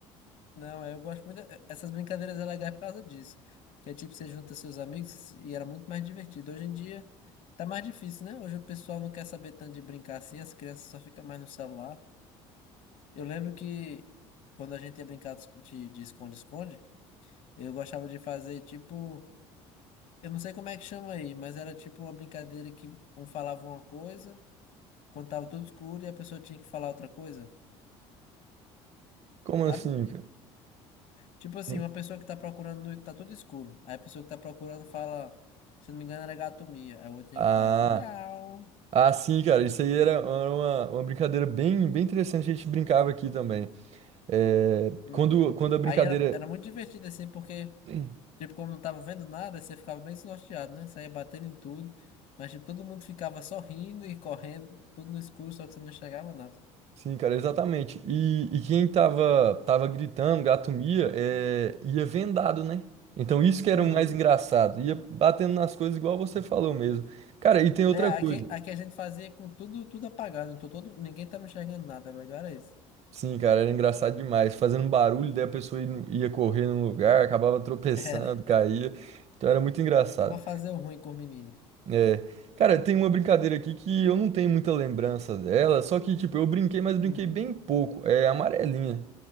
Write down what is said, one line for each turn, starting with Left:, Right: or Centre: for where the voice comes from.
Left: Não, é, eu gosto muito. é, Essas brincadeiras é legal por causa disso. Que é tipo, você junta seus amigos e era muito mais divertido. Hoje em dia tá mais difícil, né? Hoje o pessoal não quer saber tanto de brincar assim, as crianças só ficam mais no celular. Eu lembro que quando a gente ia brincar de esco- de de esconde-esconde, eu gostava de fazer tipo. Eu não sei como é que chama aí, mas era tipo uma brincadeira que um falava uma coisa, contava tudo escuro e a pessoa tinha que falar outra coisa,
Right: Como
Left: sabe?
Right: assim, cara?
Left: Tipo assim,
Right: Não-
Left: uma pessoa que tá procurando, no- tá tudo escuro. Aí a pessoa que tá procurando fala, se não me engano, era gato mia. Aí o outro tem
Right: Ah,
Left: que falar miau.
Right: ah, sim, cara. Isso aí era era uma, uma brincadeira bem, bem interessante. A gente brincava aqui também. É,
Left: Uhum.
Right: quando, quando a brincadeira.
Left: Aí era, era muito divertido, assim, porque,
Right: <clears throat>
Left: tipo, como não tava vendo nada, você ficava bem desnorteado, né? Saía batendo em tudo. Mas, tipo, todo mundo ficava sorrindo e correndo, tudo no escuro, só que você não enxergava nada.
Right: Sim, cara, exatamente. E, e quem tava, tava gritando, gato mia, é, ia vendado, né? Então isso que era
Left: Uhum.
Right: o mais engraçado. Ia batendo nas coisas igual você falou mesmo. Cara, e tem outra
Left: É,
Right: coisa.
Left: aqui, aqui a gente fazia com tudo, tudo apagado, então todo, ninguém tava enxergando nada, o legal era isso.
Right: Sim, cara, era engraçado demais. Fazendo barulho, daí a pessoa ia, no- ia correr no lugar, acabava tropeçando,
Left: <laughs> Era,
Right: caía. Então era muito engraçado.
Left: só pra fazer o ruim com o menino.
Right: É. Cara, tem uma brincadeira aqui que eu não tenho muita lembrança dela, só que, tipo, eu brinquei, mas brinquei
Left: Uhum.
Right: bem pouco. É amarelinha.